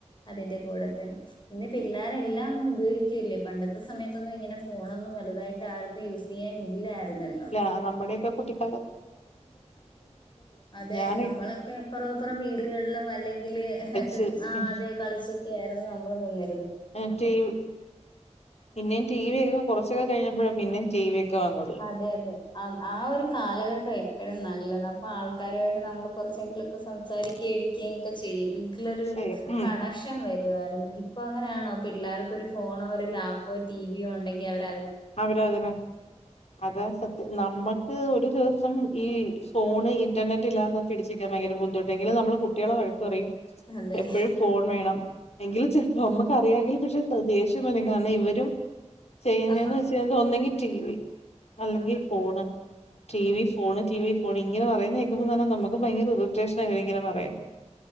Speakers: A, on the left (about 40°); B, on the left (about 65°).
A: അതിന്റെ കൂടെ തന്നെ പിന്നെ പിള്ളോര എല്ലാം അങ്ങ് ഉപയോഗിക്കല്ലേ പണ്ടത്തെ സമയത്തൊന്നും ഇങ്ങനെ ഫോണൊന്നും വലുതായിട്ട് ആർക്കും യൂസ് ചെയ്യൻ ഇല്ലായിരുന്നല്ലോ
B: ആഹ് നമ്മുടെയ ഒക്കെ കുട്ടിക
A: അതെ
B: ഞാന്
A: നമ്മളൊക്കെ അപ്പറപ്പുറം വീടുകളില് അല്ലെങ്കില്
B: ശ് ഉം
A: അതെ കളിച്ചൊക്കെ ആയിരുന്നു നമ്മൾ നിന്നി
B: റ്റയും പിന്നെ ടി വി ഒക്കെ കുറച്ചൊക്കെ കഴിഞ്ഞപ്പോഴാ പിന്നെയും ടി വി ഒക്കെ വന്നത്
A: അതെ അതെ ആഹ് ഒരു കാലഘട്ടം എപ്പോഴും നല്ലത് അപ്പൊ ആൾക്കാരുമായിട്ട് നമ്മൾ കുറച്ചെങ്കിലുമൊക്കെ സം സംസാരിക്ക എടിക്കയും ഒക്കെ ചെയ്യും വീട്ടിലൊരു
B: ശരി ഉം
A: കണ വരുവയിരുന്നു ഇപ്പൊ അങ്ങനെയാണോ പിള്ളേർക്കൊ ഒരു ഫോണോ ഒരു ലാപ്പോ ടിവിയോ ഉണ്ടെങ്കിൽ അവര്
B: അവര അതിന അതാ സത്യം നമ്മുക്ക് ഒരു ദിവസം ഈ ഫോണ് ഇന്റർനെറ്റ് ഇല്ലാതെ പിടിച്ക്കാൻ ഭയങ്കര ബുദ്ധിമുട്ട എങ്കിലും നമ്മള് കുട്ടികളെ വഴക്കറയും
A: അതെ
B: എപ്പോഴും ഫോൺ വേണം എങ്കിലും ചെ നമ്മുക്ക് അറിയാമെങ്കിൽ പക്ഷെ ദേഷ്യം വരും കാരണം ഇവരും ചെയ്യുന്നതെന്ന്
A: നമ്മൾ
B: വ ചെയത് ഒന്നെങ്കി ടി വി അല്ലെങ്കിൽ phone T V phone T V phone ഇങ്ങനെ പറയുന്ന കേക്കുമ തന്നെ നമുക്ക് ഭയങ്കര ഇറിട്ടെഷന വരും ഇങ്ങനെ പറയുന്നത്